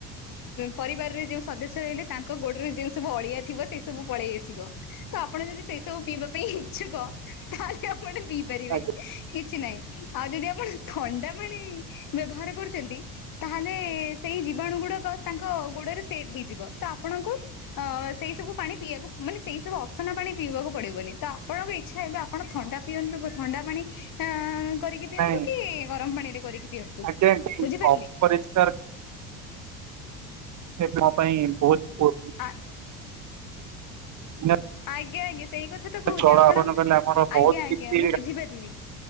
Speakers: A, on the left; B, on the right.
A: ପରିବାରରେ ଯେଉଁ ସଦସ୍ୟ ରହିଲେ ତା ଗୋଡରେ ଯେ ସବୁ ଅଳିଆ ଥିବ ସେଇ ସବୁ ପଳେଇ ଆସିବ ତ ଆପଣ ଯଦି ସେ ସେ ସବୁ ପିଇବା ପାଇଁ ଇଚ୍ଛୁକ ତାହେଲେ ଆପଣେ ପିଇ ପାରିବେ
B: ଆଜ୍ଞା
A: କିଛି ନାହିଁ। ଆଉ ଯଦି ଆପଣ ଥଣ୍ଡା ପାଣି ବ୍ୟବହାର କରୁଛନ୍ତି। ତାହେଲେ ସେଇ ଜୀବାଣୁ ଗୁଡାକ ତାଙ୍କ ଗୋଡରେ ସେଟ ହେଇଯିବ ତ ଆପଣଙ୍କୁ ଅ ସେଇ ସବୁ ପାଣି ପିଇବାକୁ ମାନେ ସେଇ ସବୁ ଅସନା ପାଣି ପିଇବାକୁ ପଡିବନି ତ ଆପଣଙ୍କ ଇଚ୍ଛା ହେବେ ଆପଣ ଥଣ୍ଡା ପିଅନ୍ତୁ ଥଣ୍ଡା ପାଣି ଅ କରିକି ପିଅନ୍ତୁ।
B: ନାଇଁ
A: କି ଗରମ ପାଣିରେ କରିକି। ପିଅନ୍ତୁ।
B: ଆଜ୍ଞା <unintelligible>
A: ବୁଝିପାରିଲେ
B: ଅପରିଷ୍କାର ମୋ ପାଇଁ ବହୁତ
A: ଆ
B: <unintelligible>
A: ଆଜ୍ଞା, ଆଜ୍ଞା ସେଇ କଥା ତ କହୁଛି
B: ଜଳ
A: ଆପଣ,
B: ଆହ୍ୱାନ କଲେ ଆମର ବହୁତ
A: ଆଜ୍ଞା,
B: କିଛି
A: ଆଜ୍ଞା ମୁଁ ବୁଝିପାରିଲି।